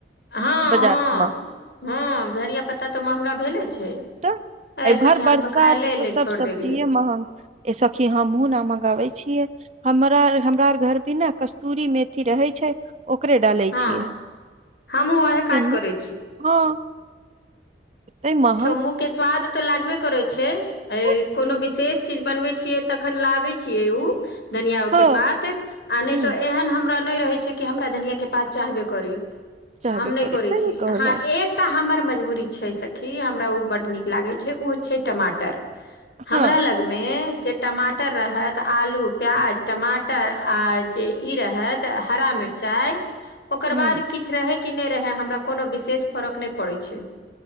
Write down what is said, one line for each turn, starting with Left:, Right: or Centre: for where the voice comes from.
Left: हँ
Right: बाजार
Left: हँ
Right: मऽ
Left: हँ धरिया पत्ता तऽ महगा भेले छै
Right: तऽ
Left: ए
Right: एहि भर
Left: सखी
Right: बरसात
Left: हम तऽ खाय ले
Right: तऽ
Left: ले
Right: सब
Left: छोड़
Right: सब्जीेये
Left: देलियै
Right: महग ए सखी हमहुँ नमागाबै छियै हमरा अर हमरा अर घरपे नऽ कस्तूरी मेथी रहै छै ओकरे डालै
Left: हँ
Right: छियै
Left: हमहुँ ओहे
Right: केना
Left: काज करै छी
Right: हँ तहि मऽ
Left: देखियो मुँह केँ स्वाद त लागबे करै छै एय
Right: तऽ
Left: कोनो विशेष चीज बनबै छियै तखन लाबै छियै ऊ धनिया ओ
Right: ह
Left: केँ पात आ नहि
Right: ह
Left: तो एहन हमरा नहि रहे छै की हमरा धनियाकेँ पात चाहबे करी
Right: चाहबे
Left: हम नहि
Right: करी
Left: करै
Right: सही
Left: छी
Right: कहलो
Left: अहाँ एक टा हमर मजबूरी छै सखी हमरा ओ बड्ड नीक लागै छै ओ छै टमाटर हमरा
Right: हँ
Left: लग मे जे टमाटर रहत आलू प्याज टमाटर आ जे ई रहत त हरा मिर्चाइ ओकर
Right: ह
Left: बाद किछ रहे कि नहि रहै हमरा कोनो विशेष फरक ने पड़ै छै